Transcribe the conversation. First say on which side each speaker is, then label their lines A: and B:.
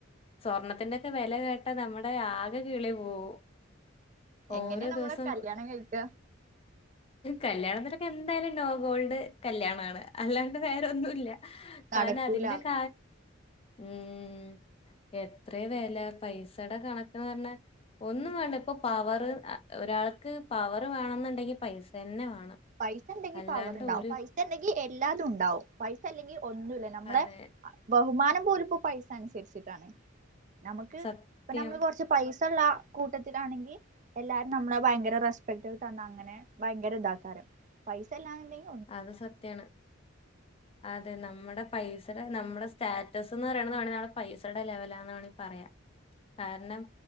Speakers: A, on the left; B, on the right.
A: സ്വർണത്തിന്റെ ക്കെ വെല കേട്ടാ നമ്മുടെ ആകെ കിളി പോവും ഓരോ
B: എങ്ങനേണ് നമ്മള്
A: ദിവസം
B: കല്യാണം കഴിക്ക
A: കല്യാണത്തിനൊക്കെ എന്തായാലും നോ ഗോൾഡ് കല്യാണാണ് അല്ലാണ്ട് വേറെന്നുല്ല
B: നടക്കൂല
A: കാരണം അതിന്റെ ക ഉം എത്രേ വ അല്ല പൈസടെ കണക്ക്‌ന്ന് പറ്ഞ്ഞാ ഒന്നും വേണ്ട ഇപ്പൊ പവറ് അ ഒരാൾക്ക് പവർ വേണന്നുണ്ടെങ്കി പൈസന്നെ വേണം
B: പൈസണ്ടെങ്കി
A: അല്ലാണ്ട്
B: പവറ്ണ്ടാവും
A: ഒരു
B: പൈസണ്ടെങ്കി എല്ലാതുണ്ടാവും പൈസല്ലെങ്കിൽ ഒന്നുല്ല നമ്മളെ
A: അതെ
B: ബഹുമാനം പോലുപ്പോ പൈസ അനുസരിച്ചിട്ടാണ് നമുക്ക്
A: സത്യം
B: ഇപ്പ നമ്മള് കൊർച്ച് പൈസള്ള കൂട്ടത്തിലാണെങ്കി എല്ലാരും നമ്മളെ ഭയങ്കര റെസ്പെക്ടൊക്കെ തന്നങ്ങനെ ഭയങ്കരതാക്കാരം പൈസല്ലാന്നുണ്ടങ്കി
A: അത് സത്യാണ് അതെ നമ്മടെ പൈസടെ നമ്മടെ സ്റ്റാറ്റസ് എന്ന് പറയണത് വേണെ നമ്മളെ പൈസടെ ലെവലാണ്ന്ന് വേണി പറയാ കാരണം